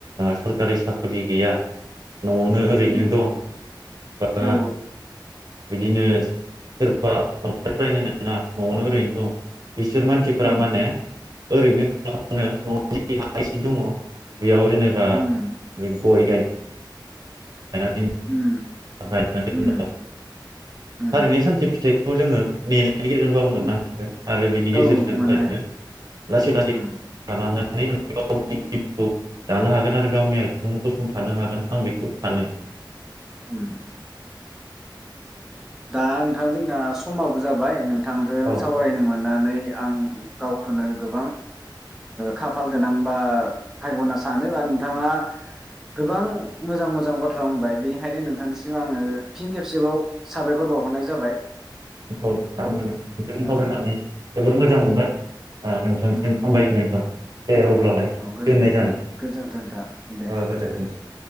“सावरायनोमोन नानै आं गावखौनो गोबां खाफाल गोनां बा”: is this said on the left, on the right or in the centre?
Centre